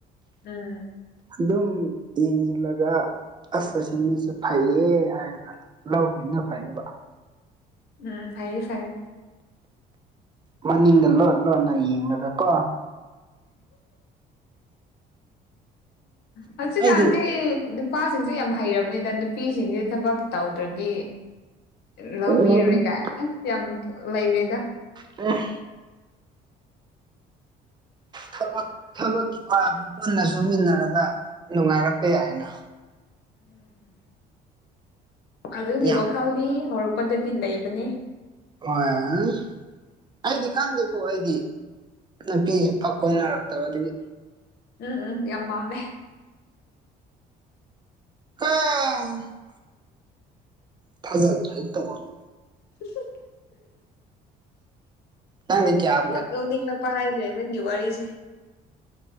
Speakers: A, on the left; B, on the right.
A: ꯎꯝ
B: ꯑꯗꯨꯝ ꯌꯦꯡꯁꯤꯜꯂꯒ ꯑꯁ ꯑꯁꯤ ꯃꯤꯁꯦ ꯐꯩꯌꯦ ꯍꯥꯏꯔꯒ ꯂꯧꯈꯤꯕꯅ ꯐꯩꯌꯦꯕ
A: ꯎꯝ ꯐꯩꯌꯦ ꯐꯩꯌꯦ
B: ꯃꯅꯤꯡꯗ ꯂꯣꯠ ꯂꯣꯠꯅ ꯌꯦꯡꯂꯒ ꯀꯣ
A: ꯍꯧꯖꯤꯛ
B: ꯑꯩꯗꯤ
A: ꯀꯥꯟꯗꯤ ꯅꯨꯄꯥꯁꯤꯡꯁꯦ ꯌꯥꯝ ꯍꯩꯔꯕꯅꯤꯗ ꯅꯨꯄꯤꯁꯤꯡꯁꯦ ꯊꯕꯛ ꯇꯧꯗ꯭ꯔꯗꯤ ꯂꯧꯕꯤꯔꯣꯏ
B: ꯂꯧꯅꯤꯡꯗ꯭ꯔꯦ
A: ꯀꯥꯏ ꯑꯁ ꯌꯥꯝ ꯂꯩꯔꯦꯗ
B: ꯑꯝ ꯊꯕꯛ ꯊꯕꯛ ꯃꯥ ꯄꯨꯟꯅ ꯁꯨꯃꯤꯟꯅꯔꯒ ꯅꯨꯡꯉꯥꯏꯔꯛꯄ ꯌꯥꯏꯅ
A: ꯎꯝ <inaudible> ꯑꯗꯨꯒꯤ
B: ꯌꯥꯝ
A: ꯋꯥꯈꯜꯗꯤ ꯍꯧꯔꯛꯄꯗꯗꯤ ꯂꯩꯕꯅꯦ
B: ꯍꯣꯢ ꯑꯩꯗꯤ ꯈꯪꯗꯦꯀꯣ ꯑꯩꯗꯤ ꯅꯨꯄꯤꯁꯦ ꯄꯥꯛ ꯀꯣꯏꯅꯔꯛꯇꯕ ꯑꯗꯨꯒꯤ
A: ꯎꯝ ꯎꯝ ꯌꯥꯝ ꯃꯥꯂꯦ
B: ꯑ <unintelligible> ꯊꯥꯖꯗ꯭ꯔꯥ ꯇꯣꯛꯑꯣꯅ
A: <unintelligible>
B: ꯅꯪꯗꯤ ꯀꯌꯥ
A: ꯌꯥꯝ ꯅꯣꯛꯅꯤꯡꯂꯛꯄ ꯍꯥꯏꯁꯦ ꯅꯪꯒꯤ ꯋꯥꯔꯤꯁꯦ